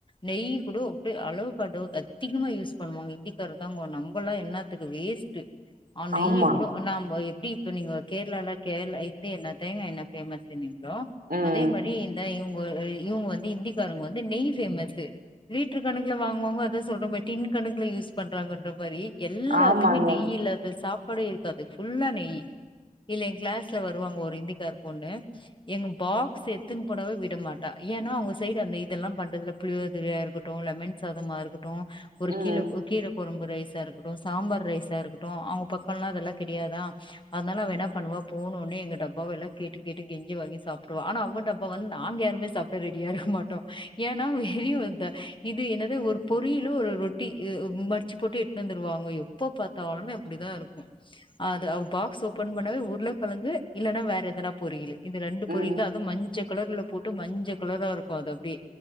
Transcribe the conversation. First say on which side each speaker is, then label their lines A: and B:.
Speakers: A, on the left; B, on the right.
A: நெய் கூட உட்டு அளவு கடு அதிக்மா யூஸ் பண்ணுவாங்க இந்திக்கார தாங்கோ நம்பலா என்னாத் துக்கு வேஸ்ட்டு ஆ நெய்யி
B: ஆமா
A: கூட நாம்ப எப்டி இப்ப நீங்க கேர்ளால கேர்ள இத்தி எண்ண தேங்கா எண்ண ஃபேமஸ் இன்னின்றோ
B: ம்
A: அதே மரி இந்த இவ்ங் ஒரு இவ்ங் வந் தி இந்திக்காரவ்ங் வந்து நெய் ஃபேமஸு லீ்ட்ரு கணக்குல வாங்குவாங்க அதா சொல்றமே டின் கணக்குல யூஸ் பண்றாங்கன்ற மாரி எல்லாத்துக்மே
B: ஆமாங்க
A: நெய்யில்லாத சாப் படே இருக்காது ஃபுல்லா நெய்யி இல்ல ஏ க்ளேஸ்ல வருவாங்க ஒரு இந்திக்கார் பொண்ணு எங்க பாக்ஸ் எத்துன் போனாவே விட மாட்டா ஏன்னா அவுங்க சைடு அந்த இதெல்லா பண்றதுல புளியோதரயா இருக்குட்டு லெமன் சாதமா இருக்குட்டு ஒரு
B: ம்
A: கீழ ஒ கீரக்கொழம்பு ரைஸா இருக்கட்டு சாம்பார் ரைஸா இருக்கட்டு அவுங்க பக்கோலா அதல்லா கடையாதா அதனால அவ என்ன பண்ணுவா போனோனே எங்க டப்பாவ எல்லா கேட்டு கேட்டு கெஞ்சி வாங்கி சாப்டுவா ஆனா அவ டப்பா வந்து நாங்க யாருமே சாப்ட ரெடியா இருக்க மாட்டோ ஏனா வெளிய ஒர்த்த இது என்னது ஒரு பொரியிலு ஒரு ரொட்டி இ மடிச்சு போட்டு தந்துருவாங்க எப்ப பாத்தாலுமே அப்டிதா இருக்கு அது அவ பாக்ஸ் ஓபன் பண்ணவே உருள கெழங்கு இல்லன்னா வேற எ எதனா பொரியலு இந்த ரெண்டு
B: ம்
A: பொரியல்தா அது மஞ்ச கலர்ல போட்டு மஞ்ச கலரா இருக்கு அது அப்டே